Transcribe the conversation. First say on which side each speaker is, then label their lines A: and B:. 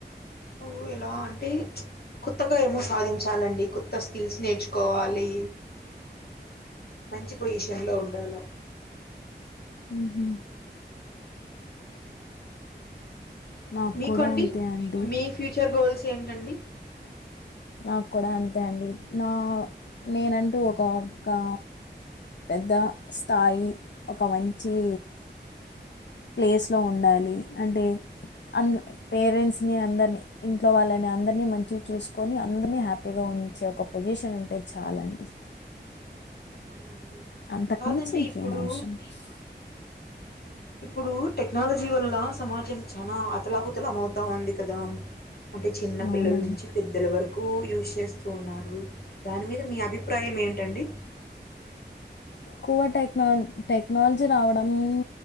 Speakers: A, on the left; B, on the left.
A: ఉ ఎలా అంటే కొత్తగా ఏమో సాధించాలండి కొత్త స్కిల్స్ నేర్చుకోవాలి మంచి పొజిషన్ లో ఉండాల
B: ఉహ నాకు
A: మీకు
B: కూడా
A: అండి
B: అంతే అండి.
A: మీ ఫ్యూచర్ గోల్స్ ఏంటండి?
B: నాకు కూడా అంతే అండి నా నేనంటూ
A: మ్మ్.
B: ఒక కా పెద్ద స్థాయి ఒక మంచి ప్లేస్లో ఉండాలి అంటే అంద పేరెంట్స్ని అందరిని ఇంట్లో వాళ్ళని అందరినీ మంచిగా చూసుకొని అందరినీ హ్యాపీగా ఉం చే పొజిషన్ ఉంటే చాలండి
A: అవునండి
B: అంతకుమించి
A: కాదండి
B: ఇంకేం
A: ఇప్పుడు
B: అవసరం లేదు
A: ఇప్పుడు టెక్నాలజీ వల్ల సమాజం చానా అతలాకుతలమవుతా ఉంది కదా అంటే చిన్న పిల్లల
B: అవునండి
A: నుంచి పెద్దల వరకు యూజ్ చేస్తూ ఉన్నారు దాని మీద మీ అభిప్రాయం ఏంటండీ?
B: కువ టై టెక్నాలజీ రావడం హు